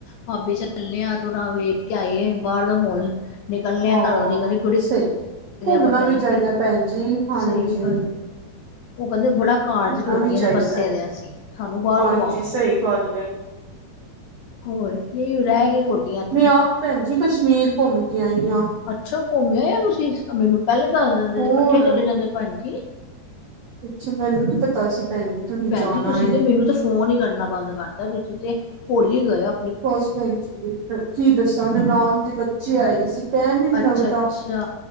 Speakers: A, on the left; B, on the right.
A: ਬਾਬੇ ਚ ਚੱਲਣੇ ਆ ਵੇਖ ਕੇ ਆਏ ਆ ਬਾਹਰ ਦਾ ਮਾਹੌਲ। ਨਿਕਲਣੇ
B: ਹਾਂ
A: ਘਰੋ <unintelligible>
B: ਸਹੀ ਘੁੰਮਣਾ
A: ਭਰ ਜਾਈ
B: ਵੀ ਚਾਹੀਦਾ
A: ਜੀ।
B: ਭੈਣ ਜੀ ਹਾਂਜੀ
A: ਸਈ ਗੱਲ, ਉਹ ਕਹਿੰਦੇ ਬੜਾ ਕਾਰਜ
B: ਘੁੰਮਣਾ
A: <unintelligible>
B: ਵੀ ਚਾਹੀਦਾ
A: ਫਸੇ
B: ਹੈ
A: ਦੇ ਅਸੀਂ ਸਾਨੂੰ ਬਾਹਰ
B: ਹਾਂਜੀ
A: ਘੁਮਾਉ।
B: ਸਹੀ ਗੱਲ ਐ
A: ਹੋਰ ਕੀ ਰਹਿ ਗਏ,
B: ਮੈਂ
A: ਚ
B: ਆਪ ਭੈਣ ਜੀ ਕਸ਼ਮੀਰ ਘੁੰਮ ਕੇ ਆਈ ਆ।
A: ਅੱਛਾ, ਘੁੰਮਿਆ ਆ ਤੁਸੀਂ ਮੈਨੂੰ ਪਹਿਲੇ ਦੱਸ ਦਿੰਦੇ
B: ਹੋਰ
A: ਸੀ ਇਕੱਠੇ ਚਲੇ ਜਾਂਦੇ ਭੈਣ ਜੀ।
B: ਅੱਛਾ, ਮੈਨੂੰ ਨੀ ਪਤਾ ਸੀ ਭੈਣ ਜੀ। ਤੁਸੀਂ
A: ਭੈਣ
B: ਜਾਣਾ
A: ਜੀ ਤੁਸੀਂ
B: ਏ।
A: ਤੇ ਮੈਨੂੰ ਤਾਂ ਫੋਨ ਹੀ ਕਰਨਾ ਬੰਦ ਕਰਤਾ ਤੁਸੀਂ ਤੇ ਭੁੱਲ ਈ ਗਏ ਓ।
B: ਬਸ ਭੈਣ ਜੀ ਕੀ ਦੱਸਾਂ ਨਨਾਣ ਤੇ ਬੱਚੇ ਆਏ ਦੇ ਸੀ ਟੈਮ ਹੀ ਨਹੀਂ
A: ਅੱਛਾ
B: ਲੱਗਦਾ
A: ਅੱਛਾ